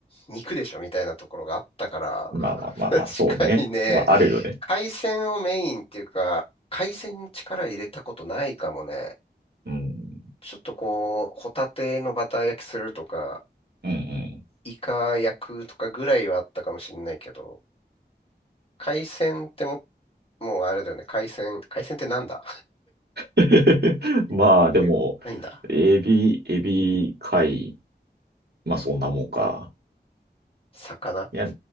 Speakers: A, on the left (about 30°); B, on the right (about 65°).
A: 肉でしょみたいなところがあったから、
B: まあまあまあまあ、
A: <laughs> 確かにね、
B: そうね。まああるよね。
A: 海鮮をメインっていうか、海鮮に力入れたことないかもね。
B: うん。
A: ちょっとこう、ホタテのバター焼きするとか、
B: うん
A: イカ焼くとかぐらいはあったかもしれないけど、海鮮ってもっもうあれだよね。海鮮。海鮮ってなんだ
B: うん。<laughs> まあでも、
A: <laughs> どういうのないんだ。
B: エビ、エビ、貝、まあそんなもんか。
A: 魚
B: いや、